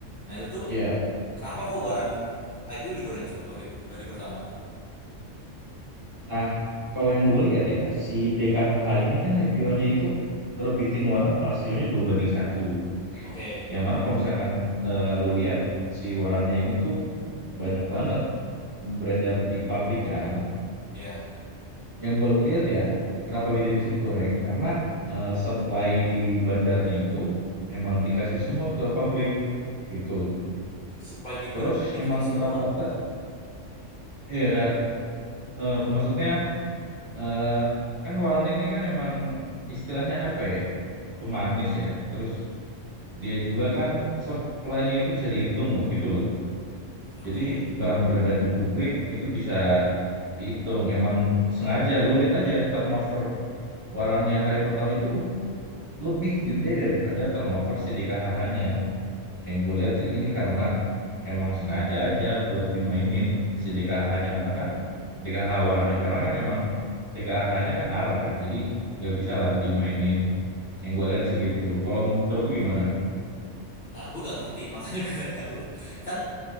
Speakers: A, on the left (about 50°); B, on the right (about 25°).
A: Nah, itu tuh
B: ya.
A: kenapa kok waran IPO digoreng coba pakai hari pertama?
B: Nah, kalau yang gue lihat ya, si DKHH ini kan IPO-nya itu nerbitin waran rasionya 2 banding satu.
A: Oke,
B: Yang mana kalau misalkan eh, lu lihat si warannya ini tuh banyak banget beredar di publik kan.
A: ya.
B: Yang gue lihat ya, kenapa dia bisa digoreng? Karena eh, supply di bandarnya itu emang dikasih semua ke publik gitu.
A: Supply di
B: Terus
A: bandarnya dikasih
B: emang
A: semua.
B: rata-rata, ya eh, maksudnya eh kan Waran ini kan emang istilahnya apa ya? Pemanis ya. Terus dia juga kan supply-nya itu bisa dihitung loh gitu loh.
A: Oke.
B: Jadi barang beredar di publik itu bisa dihitung. Emang sengaja lu lihat aja turnover Warannya hari pertama itu lebih gede daripada turnover si DKHH-nya. Yang gue lihat sih ini karena emang sengaja aja buat dimainin si DKH-nya karena kan DKH warannya karena kan emang DKH-nya kan arah kan jadi nggak bisa lah dimainin. Yang gue lihat sih gitu. Kalau menurut lu gimana?
A: Nah, gue gak ngerti, <laughs> makanya gue nanya lu. Kan